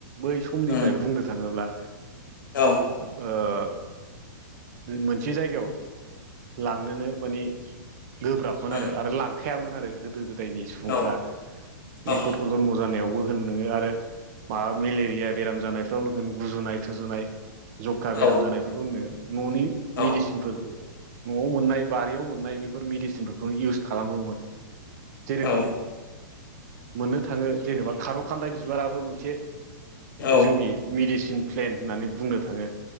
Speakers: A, on the right (about 50°); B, on the left (about 70°).
A: बै समनिफ्राय
B: उम
A: बुंनो थाङोब्ला
B: औ।
A: ओ मोनसे जायगायाव लांनोनो मानि गोब्राबमोन
B: उम
A: आरो आरो लांखायामोन आरो गोदो गोदायनि सुबुंफोरा
B: औ औ
A: नै गथ' जनम जानायावबो होन नोङो आरो मा मेलेरिया बेराम जानायफ्रावनो होन गुजुनाय थुजुनाय जखा
B: औ
A: बेराम जानायफोरखौ होननो न'नि
B: औ
A: मेडिसिनफोर न'आव मोननाय बारियाव मोननाय बेफोर मेडिसिनफोरखौनो इउस खालामोमोन। जेरोखोम
B: औ
A: मोननो थाङो जेनेबा खार' खान्दाय बिबाराबो मोनसे
B: औ
A: जोंनि मेडिसिन प्लेन होननानै बुंनो थाङो।